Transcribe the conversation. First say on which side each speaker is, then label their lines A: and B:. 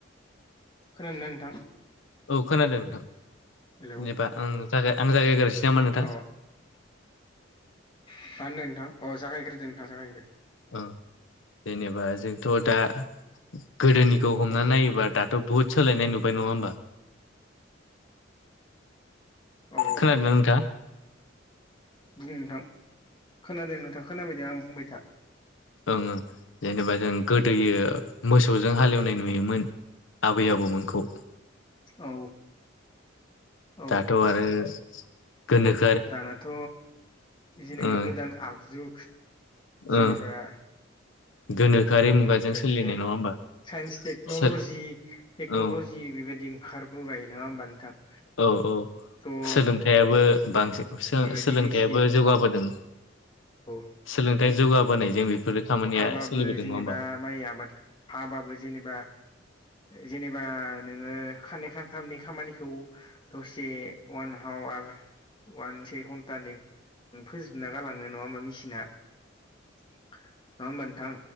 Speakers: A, on the left; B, on the left.
A: खोनादोंना नोंथां।
B: औ खोनादों नोंथां
A: हेलौ
B: जेबा आं जागाय आं जायागायग्रोसै नामा नोंथां?
A: अ मा होनदों नोंथां अह जागायग्रोदो नोंथांआनो जागायग्रोदो।
B: औ जेनेबा जोंथ' दा गोदोनिखौ हमना
A: औ
B: नायोबा दा थ' बहुत सोलायनाय नुबाय नङा होमबा?
A: औ
B: खोनादों ना नोंथां?
A: बुं नोंथां खोनादों नोंथां खोनाबायदों आं बुंबाय था।
B: ओं ओं जेनेबा जों गोदोयो मोसौजों हालेवनाय नुयोमोन। आबै आबौमोनखौ।
A: औ। औ
B: दाथ' आरो गोनोखो
A: दानाथ' जेनेबा
B: ओ
A: गोदान आगजु जेनेबा
B: ओ गोनोखोआरि
A: औ
B: मुगाजों
A: बेबायदिनो
B: सोलिनाय नङा होमबा।
A: साइन्स टेक्न'लजि
B: सोर
A: टेक्न'ल'जि
B: औ
A: बेबायदि ओंखारबोबाय नङा होमबा नोंथां।
B: औ औ।
A: टर
B: सोलोंथाइयाबो बांसिन
A: बेबायदि
B: सोलोंथायाइयाबो
A: मेसिन
B: जौगाबोदों।
A: औ
B: सोलोंथायाइ जौगाबोनायजों बेफोरो खामानिया
A: जाबाबो
B: सोलिबोदों
A: जेनेबा
B: नङा होमबा
A: माइ आबाद हाबाबो जेनेबा जेनेबा नोङो खाननै खानथामनि खामानिखौ दसे वान हाआवार वान से घन्टानि फोजोबना गालाङो। नङा होनबा मिसिना नङा होमबा नोंथां।